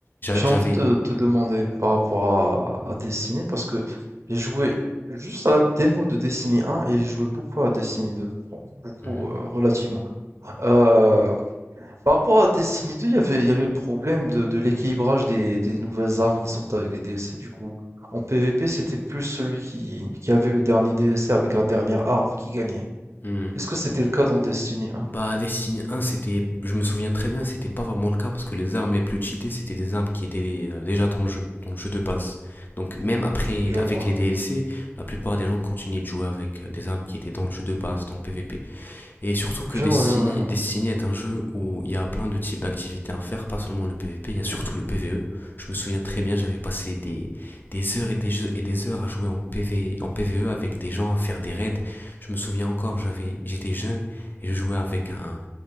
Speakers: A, on the right; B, on the left.
A: j'ai
B: J'avais...
A: envie de te, te demander par rapport à, à Destiny, parce que j'ai joué juste à la démo de Destiny 1 et j'ai joué beaucoup à Destiny 2. Bon, beaucoup,
B: Mhm.
A: euh, relativement. Euh, Par rapport à Destiny 2, il y avait, il y avait le problème de, de l'équilibrage des, des nouvelles armes qui sortaient avec les DLC, du coup. En PvP, c'était plus celui qui, qui avait le dernier DLC avec la dernière arme qui gagnait.
B: Mhm.
A: Est-ce que c'était le cas dans Destiny 1?
B: Bah, Destiny un c'était, je me souviens très bien, c'était pas vraiment le cas parce que les armes les plus cheatées, c'était des armes qui étaient euh, déjà dans le jeu, dans le jeu de base. Donc, même après,
A: Je
B: avec
A: vois.
B: les DLC, la plupart des gens continuaient de jouer avec euh, des armes qui étaient dans le jeu de base, dans le PvP. Et surtout que
A: Je
B: Destiny,
A: vois, je vois, je vois.
B: Destiny est un jeu où il y a plein de types d'activités à faire, pas seulement le PvP, il y a surtout le PvE. Je me souviens très bien, j'avais passé des, des heures et des, jeux- et des heures à jouer en, PV, en PvE avec des gens, à faire des raids. Je me souviens encore, j'avais, j'étais jeune et je jouais avec un,